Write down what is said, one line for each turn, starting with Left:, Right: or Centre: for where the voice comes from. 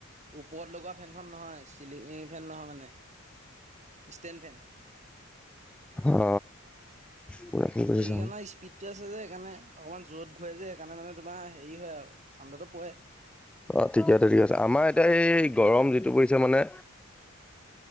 Right: ওপৰত লগোৱা ফেনখন নহয় চিলিং ফেন নহয় মানে ষ্টেনভেন
Centre: অ পুৰা ফোন কৰিছে
Right: বেিক
Centre: চাওঁ
Right: ন স্পিড যে সেইকাৰণে অকণমান যত ঘূৰেই যে সেইণোনে তোমাৰ হেৰি হয় আৰু ঠাণ্ডাতো পৰে
Centre: অ ঠিকে আছে ঠিকে আছে আমাৰ এতিয়া এই গৰম যিটো পৰিছে মানে